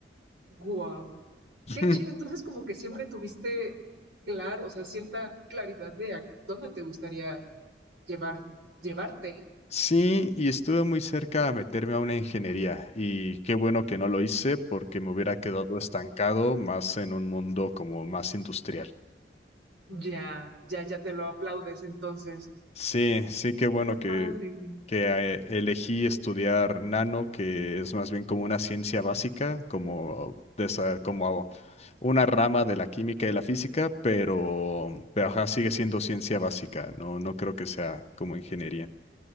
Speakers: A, on the right; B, on the left.
A: guau.
B: <laughs>
A: Qué chido, entonces como que siempre tuviste claro, o sea, cierta claridad de a dónde te gustaría llevar, llevarte.
B: Sí, y estuve muy cerca a meterme a una ingeniería y qué bueno que no lo hice porque me hubiera quedado estancado más en un mundo como más industrial.
A: Ya, ya, ya te lo aplaudes entonces.
B: Sí, sí, qué bueno
A: Qué padre.
B: que, que ah, eh, elegí estudiar nano, que es más bien como una ciencia básica, como, de esa- como una rama de la química y la física, pero, pero ajá, sigue siendo ciencia básica, no, no creo que sea como ingeniería.